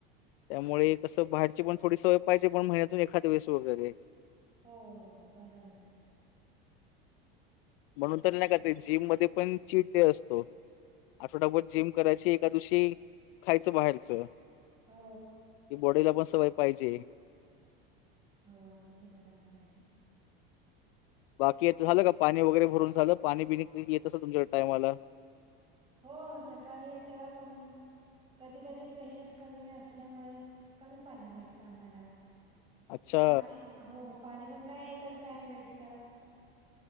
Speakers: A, on the left (about 75°); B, on the right (about 20°).
A: त्यामुळे कसं बाहेरची पण थोडी सवय पाहिजे, पण महिन्यातून एखाद वेळेस वगैरे.
B: हो बराबर.
A: म्हणून तर
B: अगदी
A: नाही का ते जिम मध्ये पण चीट डे असतो. आठवडाभर जिम करायची, एकाद्या दिवशी खायचं बाहेरचं.
B: हो
A: कि बॉडीला पण सवय पाहिजे.
B: हो अगदी बराबर आहे.
A: बाकी येतं झालं का पाणी वगैरे भरून झालं? पाणी बि येत अस तुमच्या टायमाला?
B: हो सकाळी येत पण कधी कधी प्रेशर कमी असल्यामुळे कमी पाणी भेटतं आम्हाला.
A: अच्छा
B: पाणी हो पाणी पण काय एकच टाइम भेटतं.